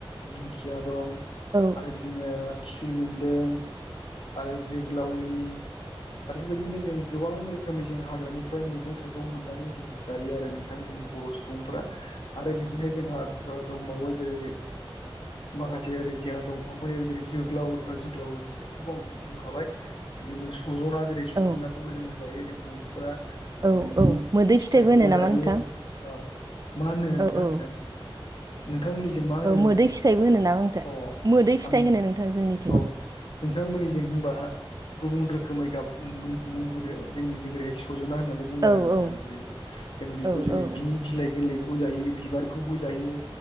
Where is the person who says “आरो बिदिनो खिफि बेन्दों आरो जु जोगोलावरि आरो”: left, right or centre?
Left